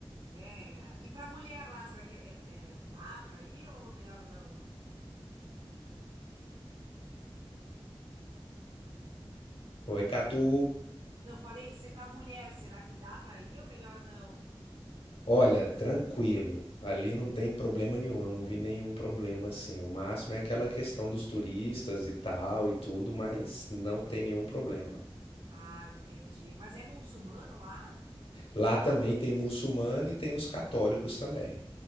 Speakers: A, on the right (about 60°); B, on the left (about 80°).
A: É, e pra mulher lá, será que é, é- é, dá pra ir ou melhor não?
B: Oi, Catu.
A: Não, falei isso, e pra mulher, será que dá pra ir ou melhor não?
B: Olha, tranquilo. Ali não tem problema nenhum, eu não vi nenhum problema assim. O máximo é aquela questão dos turistas e tal e tudo, mas não tem nenhum problema.
A: Ah, entendi. Mas é muçulmano lá?
B: Lá também tem muçulmano e tem os católicos também.